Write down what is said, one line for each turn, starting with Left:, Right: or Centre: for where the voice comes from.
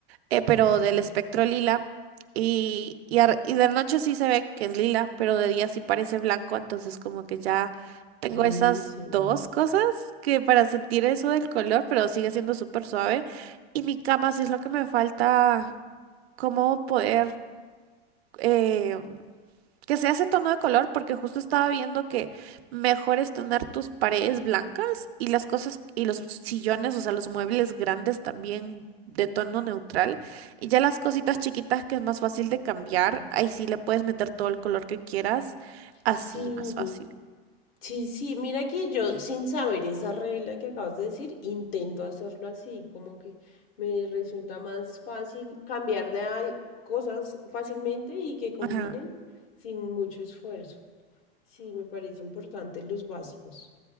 Right: eh, pero
Left: Ajá,
Right: del espectro lila. Y, y, ar- y de noche sí se ve que es lila, pero de día sí parece blanco, entonces como que ya tengo
Left: buenísimo.
Right: esas dos cosas que para sentir eso del color, pero sigue siendo súper suave. Y mi cama sí es lo que me falta, como poder eh, que sea ese tono de color, porque justo estaba viendo que mejor es tener tus paredes blancas y las cosas y los sillones, o sea, los muebles grandes también de tono neutral. Y ya las cositas chiquitas que es más fácil de cambiar, ahí sí le puedes meter todo el color que quieras, así
Left: Sí,
Right: más fácil.
Left: sí, sí, mira que yo sin saber esa regla que acabas de decir, intento hacerlo así, como que me resulta más fácil cambiar de al- cosas fácilmente y que combinen
Right: Ajá.
Left: sin mucho esfuerzo. Sí, me parece importante los básicos.